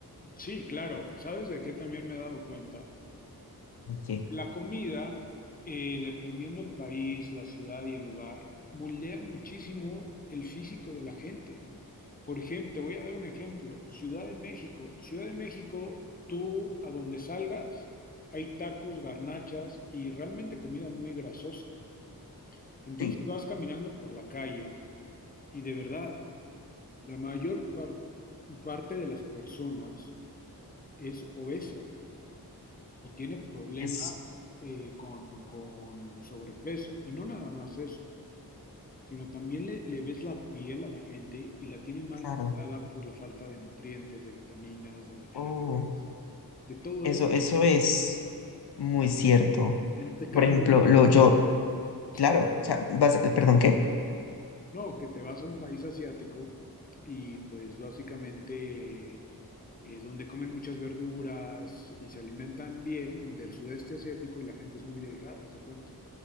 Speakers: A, on the left; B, on the left.
A: Sí, claro. ¿Sabes de qué también me he dado cuenta?
B: Ok,
A: La comida, eh, dependiendo del país, la ciudad y el lugar, moldea muchísimo el físico de la gente. Por ejemplo, te voy a dar un ejemplo. Ciudad de México. Ciudad de México, tú a donde salgas, hay tacos, garnachas y realmente comida muy grasosa. Entonces
B: sí,
A: vas caminando por la calle y de verdad, la mayor par- parte de las personas es obesa. o tiene problemas
B: es
A: eh, con, con sobrepeso. Y no nada más eso, sino también le, le ves la piel a la gente y la tiene mal
B: claro.
A: cuidada por la falta de nutrientes, de vitaminas, de minerales,
B: Oh,
A: de todo
B: eso,
A: eso.
B: eso es muy cierto.
A: En te cambio,
B: Por ejemplo, lo yo,
A: sí,
B: claro, o sea, vas- perdón, ¿qué?
A: no, que te vas a un país asiático y pues básicamente eh, donde comen muchas verduras y se alimentan bien del sudeste asiático y la gente es muy delgada, haz de cuenta.